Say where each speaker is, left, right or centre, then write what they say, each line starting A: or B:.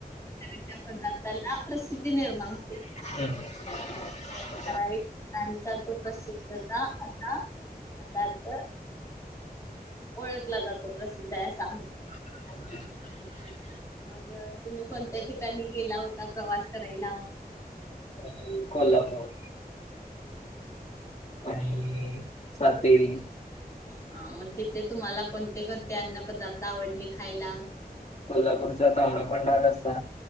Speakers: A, on the left; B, on the left.
A: <unintelligible> पदार्थाला प्रसिद्धी निर्माण होते.
B: <unintelligible>
A: ठराविक <unintelligible> तो प्रसिद्ध असा पदार्थ ओळखला जातो प्रसिद्ध हाय असा म्हणून.
B: <inaudible>
A: मग तुम्ही कोणत्या ठिकाणी गेला होता प्रवास करायला?
B: आणि कोल्हापूर. आणी <unintelligible>
A: हा मग तिथे तुम्हाला कोणते कोणते अन्न पदार्थ आवडले खायला?
B: कोल्हापूरचा तांबडा पांढरा रस्सा,